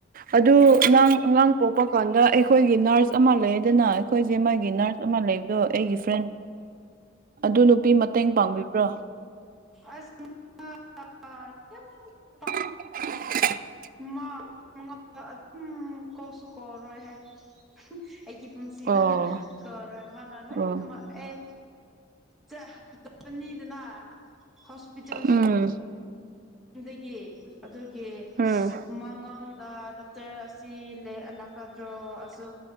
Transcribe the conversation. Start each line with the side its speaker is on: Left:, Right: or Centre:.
Right: ꯑꯗꯨ ꯅꯪ ꯑꯉꯪꯡ ꯄꯣꯛꯄ ꯀꯥꯟꯗ ꯑꯩꯈꯣꯏꯒꯤ ꯅꯔꯁ ꯑꯃ ꯂꯩꯌꯦꯗꯅꯥ ꯑꯩꯈꯣꯏꯒꯤ ꯃꯥꯒꯤ ꯅꯔꯁ ꯑꯃ ꯂꯩꯕꯗꯣ ꯑꯩꯒꯤ ꯐ꯭ꯔꯦꯟ ꯑꯗꯨ ꯅꯨꯄꯤ ꯃꯇꯦꯡ ꯄꯥꯡꯕꯤꯕ꯭ꯔꯣ
Centre: ꯑꯁ ꯑꯥ ꯌꯝ ꯄꯥꯡ
Right: <inaudible>
Centre: ꯃꯥ ꯃꯉꯛꯇ ꯑꯗꯨꯝ ꯀꯧꯁꯨ ꯀꯧꯔꯣꯏ ꯍꯥꯏ ꯍ ꯑꯩꯒꯤ ꯄꯨꯟꯁꯤꯗ
Right: ꯑꯣ
Centre: ꯀꯧꯔꯣꯏ ꯃꯥꯅ ꯂꯣꯏꯅꯃꯛ
Right: ꯑꯣ
Centre: ꯑꯦ ꯆꯥ ꯇꯣꯛꯀꯅꯤꯗ ꯍꯣꯁꯄꯤꯇꯜꯁ
Right: ꯎꯝ
Centre: ꯗꯒꯤ ꯑꯗꯨꯒꯤ
Right: ꯎꯝ
Centre: ꯃꯥꯉꯣꯟꯗ ꯗꯥꯛꯇꯔ ꯑꯁꯤ ꯂꯩ ꯑꯂꯥꯛꯀꯗ꯭ꯔꯣ ꯑꯁꯨ